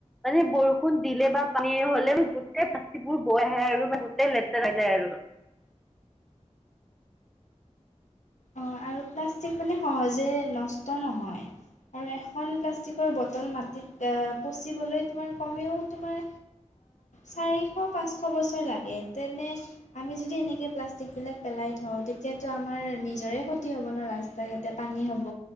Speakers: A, in the centre; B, on the left (about 80°).
A: মানে বৰষুণ দিলে বা পানী হলে গোটেই <unintelligible> আহে আৰু গোটেই লেতেৰা হৈ যায় আৰু।
B: অঁ আৰু প্লাষ্টিক মানে সহজে নষ্ট নহয়। আৰু এখন প্লাষ্ট পাষ্টিকৰ বটল মাটিত পচিবলৈ তোমাৰ কমেও তোমাৰ চাৰি শ পাঁচশ বছৰ লাগে। তেনে আমি যদি এনেকে প্লাষ্টিকবিলাক পেলাই থওঁ তেতিয়াটো আমাৰ নিজৰে স হ'ব ন ৰাস্তা ঘাটেই পানী হ'ব।